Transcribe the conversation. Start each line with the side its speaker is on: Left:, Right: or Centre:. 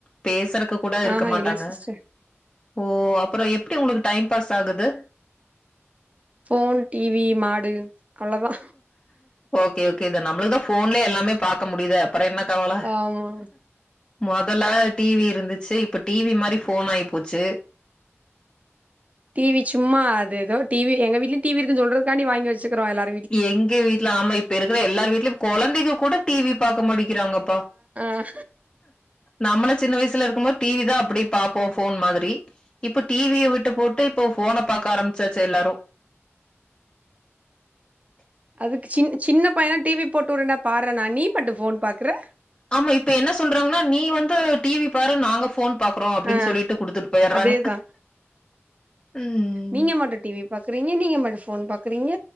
Left: பேசுறக்கு கூட இருக்க
Right: ஆஹா
Left: மாட்டாங்க
Right: இல்ல சிஸ்டர்
Left: ஓ அப்பறோ எப்டி உங்களுக்கு டைம் பாஸ் ஆகுது
Right: ஃபோன் டி வி மாடு அவ்ளோதா
Left: ஓகே ஓகே இத நம்மளுக்கு தா ஃபோன்லே எல்லாமே பாக்க முடிதே அப்ற என்ன கவல
Right: ஆமா
Left: மொதல டி வி இருந்துச்சு இப்ப டி வி மாரி ஃபோன் ஆயிப்போச்சு
Right: டி வி சும்மா அது எதோ டி வி எங்க வீட்லயு டி வி இருக்குன் சொல்றதுக்காண்டி வாங்கி வெச்சுக்றோ எல்லார்
Left: எங்க வீட்ல ஆமா இப்ப இருக்கிற எல்லார் வீட்லயும் கொழந்தைக கூட டி வி பாக்க மாட்டிக்கிறாங்கப்பா
Right: ஆஹ
Left: நம்மளே சின்ன வயசுல இருக்கும் போது டி வி தா அப்டி பாப்போ ஃபோன் மாதிரி இப்ப டி வி ய விட்டு போட்டு இப்ப ஃபோன பாக்க ஆரம்மிச்சாச்சு எல்லாரு
Right: அதுக்கு சின் சின்ன பைய டி வி போட்டு உட்றேன்டா பாட்றனா நீ மட்டு ஃபோன் பாக்குற
Left: ஆமா இப்ப என்ன சொல்றாங்கனா நீ வந்து டி வி பாரு நாங்க ஃபோன் பாக்குறோ அப்டின்
Right: ஆ
Left: சொல்லிட்டு குடுத்துட்டு போயிட்றாங்க
Right: அதேதா
Left: ம்
Right: நீங்க மட்டு டிவி பாக்குறீங்க நீங்க மட்டு ஃபோன் பாக்குறீங்க